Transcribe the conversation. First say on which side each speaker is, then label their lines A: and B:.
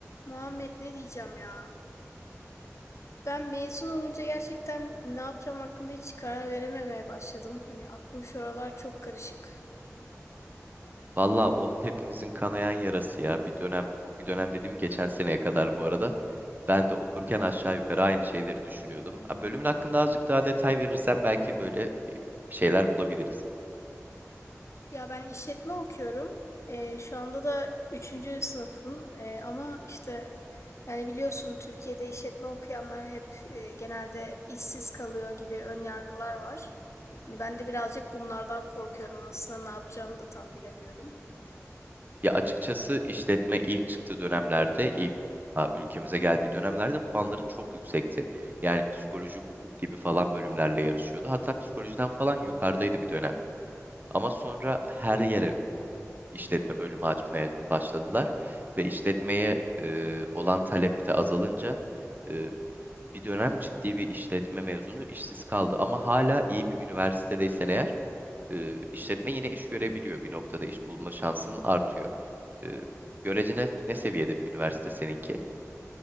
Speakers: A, on the left (about 60°); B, on the right (about 35°).
A: Muhammed ne diyeceğim ya? Ben mezun olunca gerçekten ne yapacağım hakkında hiç karar verememeye başladım. Hani aklım şuralar çok karışık.
B: Valla o hepimizin kanayan yarası ya. Bir dönem, bir dönem dediğim geçen seneye kadar bu arada. Ben de okurken aşağı yukarı aynı şeyleri düşünüyordum. Ha, Bölümün hakkında azıcık daha detay verirsen belki böyle bir bir şeyler bulabiliriz.
A: Ya ben işletme okuyorum. Ee, şu anda da üçüncü sınıfım. Ee, ama işte yani biliyorsun Türkiye'de işletme okuyanlar hep e, genelde işsiz kalıyor gibi ön yargılar var. Hani ben de birazcık bunlardan korkuyorum. Aslında ne yapacağımı da tam bilemiyorum.
B: Ya açıkçası işletme ilk çıktığı dönemlerde, ilk ha, ülkemize geldiği dönemlerde puanları çok yüksekti. Yani psikoloji, hukuk gibi falan bölümlerle yarışıyordu. Hatta psikolojiden falan yukarıdaydı bir dönem. Ama sonra her yere işletme bölümü açmaya başladılar ve işletmeye e, olan talep de azalınca e, bir dönem ciddi bir işletme mezunu işsiz kaldı ama hala iyi bir üniversitedeysen eğer e, işletme yine iş görebiliyor. Bir noktada iş bulma şansın artıyor. E, görece ne, ne seviyede bir üniversite seninki?